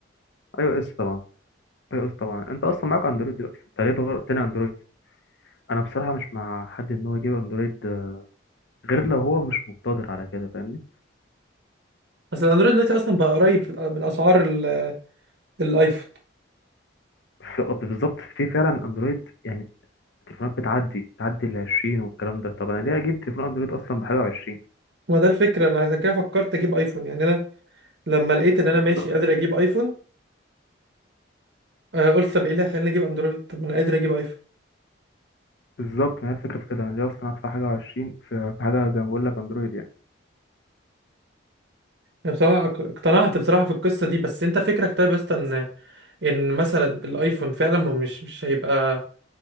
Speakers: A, on the left (about 65°); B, on the right (about 60°).
A: أي أو إس طبعا أي أو إس طبعا أنت أصلا معاك أندرويد دلوقتي أنت ليه غيرت لي أندرويد أنا بصراحة مش مع حد إن هو يجيب أندرويد آه، غير لو هو مش مقتدر على كده فاهمني
B: اصل الاندرويد دلوقتي اصلا بقى قريب من اسعار ال- الايفون
A: في بالظبط في فعلا أندرويد يعني التليفونات بتعدي تعدي ال 20 والكلام ده طب انا ليه اجيب تليفون اندرويد اصلا بحاجه و20
B: ما ده الفكرة انا عشان كده فكرت اجيب ايفون يعني انا لما لقيت ان انا
A: بالظبط
B: ماشي قادر اجيب ايفون آه، قلت طب ايه اللي هيخليني اجيب اندرويد طب ما انا قادر اجيب ايفون
A: بالظبط ما هي الفكره في كده انا ليه اصلا ادفع حاجه و20 في في حاجه زي ما بقول لك اندرويد يعني
B: أنا بصراحة اق- اقتنعت بصراحة في القصة دي بس انت فكرك طيب يا اسطى ان ان مثلا الايفون فعلا ما مش مش هيبقى